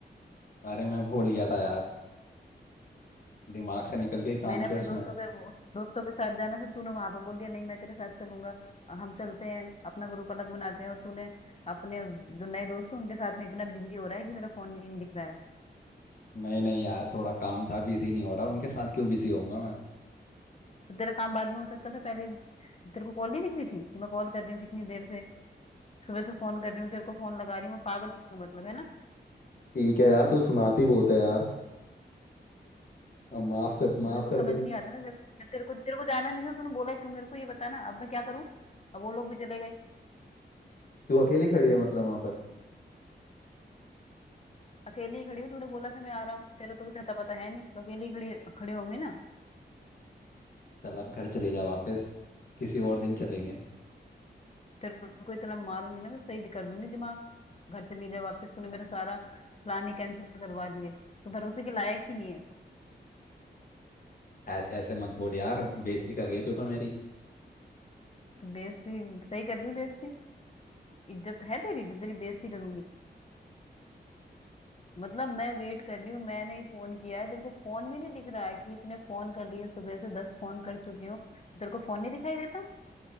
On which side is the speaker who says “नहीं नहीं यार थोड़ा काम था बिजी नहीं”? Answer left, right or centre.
Left